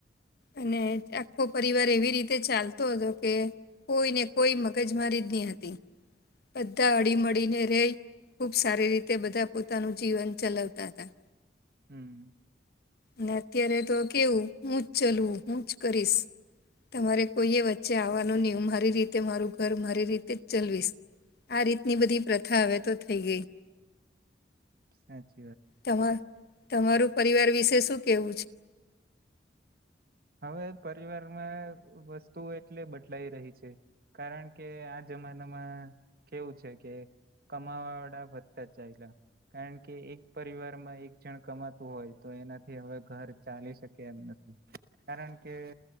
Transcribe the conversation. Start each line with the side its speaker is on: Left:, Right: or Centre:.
Left: અને આખો પરિવાર એવી રીતે ચાલતો હતો કે કોઈને કોઈ મગજ મારી જ નહી હતી. બધા હળી-મળી ને રેય ખૂબ સારી રીતે બધા પોતાનું જીવન ચલાવતા હતા.
Right: હમ્મ.
Left: ને અત્યારે તો કેવું હું જ ચલવું, હું જ કરીશ. તમારે કોઈએ વચ્ચે આવવાનું નહીં, હું મારી રીતે મારું ઘર મારી રીતે જ ચલવીશ. આ રીતની બધી પ્રથા હવે તો થઈ ગઈ.
Right: સાચ
Left: તમાર તમારું પરિવાર વિશે શું કેવું છે?
Right: હવે પરિવારમાં વસ્તુઓ એટલે બદલાઈ રહી છે કારણ કે આ જ માનામાં કેવું છે કે કમાવાવાળા વધતા જ ચાયલા. કારણકે એક પરિવારમાં એક જણ કમાતું હોય તો એનાથી હવે ઘર ચાલી શકે એમ નથી. કારણ કે